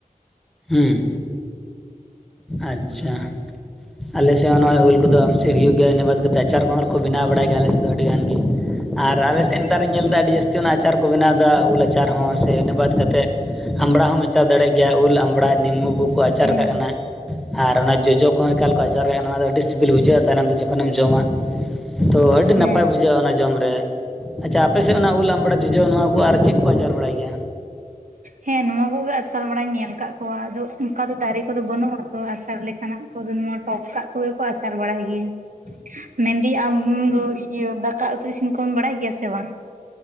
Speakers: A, in the centre; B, on the right.
A: ᱦᱩᱸ ᱟᱪᱪᱷᱟ᱾ ᱟᱞᱮ ᱥᱮᱫ ᱦᱚᱸ ᱱᱚᱜᱼᱚᱭ ᱩᱞ ᱠᱚᱫᱚ ᱟᱢᱥᱤ ᱦᱩᱭᱩᱜ ᱜᱮᱭᱟ ᱤᱱᱟᱹ ᱵᱟᱫ ᱠᱟᱛᱮ ᱟᱪᱟᱨ ᱠᱚᱦᱚᱸ ᱠᱚ ᱵᱮᱱᱟᱣ ᱵᱟᱲᱟᱭ ᱜᱮᱭᱟ ᱟᱞᱮ ᱥᱮᱫ ᱫᱚ ᱟᱹᱰᱤ ᱜᱟᱱ ᱜᱤ᱾ ᱟᱨ ᱟᱞᱮ ᱥᱮᱫ ᱱᱮᱛᱟᱨᱤᱧ ᱧᱮᱞᱫᱟ ᱟᱹᱰᱤ ᱡᱟᱹᱥᱛᱤ ᱚᱱᱟ ᱟᱪᱟᱨ ᱠᱚ ᱵᱮᱱᱟᱣᱫᱟ ᱩᱞ ᱟᱪᱟᱨ ᱦᱚᱸ ᱥᱮ ᱤᱱᱟᱹ ᱵᱟᱫ ᱠᱟᱛᱮᱫ ᱟᱢᱲᱟ ᱦᱚᱸᱢ ᱟᱪᱟᱨ ᱫᱟᱲᱮᱜ ᱜᱮᱭᱟ ᱩᱞ ᱟᱢᱵᱽᱲᱟ ᱱᱤᱢᱩ ᱠᱚᱠᱚ ᱟᱪᱟᱨ
B: ᱦᱮᱸ
A: ᱠᱟᱜ ᱠᱟᱱᱟ ᱟᱨ ᱚᱱᱟ ᱡᱚᱡᱚ ᱠᱚᱦᱚᱸ ᱮᱠᱟᱞ ᱠᱚ ᱟᱪᱟᱨᱮᱜᱼᱟ ᱚᱱᱟ ᱫᱚ ᱟᱹᱰᱤ ᱥᱤᱵᱤᱞ ᱵᱩᱡᱷᱟᱹᱜᱼᱟ ᱛᱟᱭᱚᱢ ᱛᱮ ᱡᱚᱠᱷᱚᱱᱮᱢ ᱡᱚᱢᱟ ᱛᱚ ᱟᱹᱰᱤ
B: ᱦᱮᱸ
A: ᱱᱟᱯᱟᱭ ᱵᱩᱡᱷᱟᱹᱜᱼᱟ ᱚᱱᱟ ᱡᱚᱢ ᱨᱮ ᱟᱪᱷᱟ ᱟᱯᱮᱥᱮᱫ ᱚᱱᱟ ᱩᱞ ᱟᱢᱲᱟ ᱡᱚᱡᱚ ᱱᱚᱣᱟ ᱠᱚ ᱟᱨ ᱪᱮᱫ ᱠᱚ ᱟᱪᱟᱨ ᱵᱟᱲᱟᱭ ᱜᱮᱭᱟ
B: ᱦᱮᱸ ᱱᱚᱶᱟ ᱠᱚᱜᱮ ᱟᱪᱟᱨ ᱵᱟᱲᱟᱧ ᱧᱮᱞ ᱟᱠᱟᱫ ᱠᱚᱣᱟ ᱟᱫᱚ ᱚᱱᱠᱟ ᱫᱚ ᱫᱟᱨᱮ ᱠᱚᱫᱚ ᱵᱟᱹᱱᱩᱜ ᱟᱫᱚ ᱟᱪᱟᱨ ᱞᱮᱠᱟ᱾ ᱱᱟᱜ <inaudible> ᱠᱚ ᱫᱚ ᱱᱚᱣᱟ ᱴᱚᱠᱴᱟᱜ ᱠᱚᱜᱮ ᱠᱚ ᱟᱥᱟᱨ ᱵᱟᱲᱟᱭ ᱜᱮᱭᱟ᱾
A: ᱦᱩᱸ
B: ᱢᱮᱱᱫᱟᱹᱧ ᱟᱢ ᱫᱚ ᱤᱭᱟᱹ ᱫᱟᱠᱟ ᱩᱛᱩ ᱤᱥᱤᱱ ᱠᱚᱢ ᱵᱟᱲᱟᱭ ᱜᱮᱭᱟ ᱥᱮ ᱵᱟᱝ?